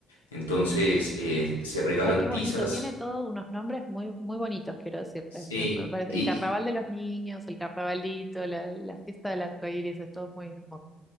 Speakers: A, on the left; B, in the centre.
A: Entonces, eh, se regalan
B: ay, qué bonito,
A: tizas.
B: tiene todos unos nombres muy, muy bonitos, quiero decirte.
A: Sí.
B: Me- me parece-
A: Y,
B: el carnaval de los niños, el carnavalito, la, la fiesta del arco iris, es todo muy hermoso.